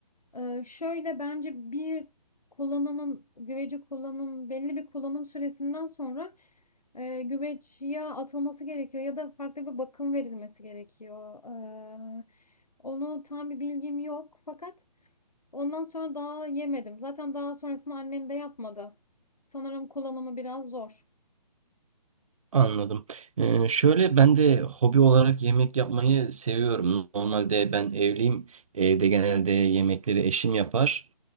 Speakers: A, on the left (about 85°); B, on the right (about 60°).
A: e, şöyle bence bir kullanımın güveci kullanım belli bir kullanım süresinden sonra e, güveç ya atılması gerekiyor ya da farklı bir bakım verilmesi gerekiyor. E, onu tam bir bilgim yok fakat Ondan sonra daha yemedim. Zaten daha sonrasında annem de yapmadı. Sanırım kullanımı biraz zor.
B: Anladım. Ee, şöyle ben de hobi olarak yemek yapmayı seviyorum. Normalde ben evliyim. Evde genelde yemekleri eşim yapar.